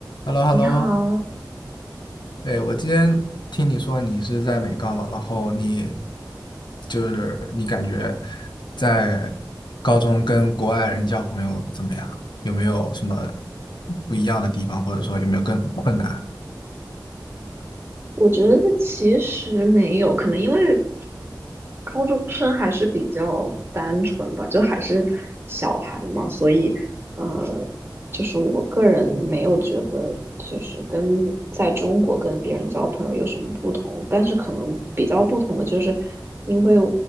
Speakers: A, on the left; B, on the right.
A: h e l l o
B: 你好，
A: h e l l o 哎，我今天听你说你是在美高嘛，然后你就是你感觉在高中跟国外人交朋友怎么样？有没有什么不一样的地方，或者说有没有更困难？
B: 我觉得其实没有，可能因为高中生还是比较单纯吧，就还是小孩嘛，所以呃，就是我个人没有觉得就是跟在中国跟别人交朋友有什么不同，但是可能比较不同的就是因为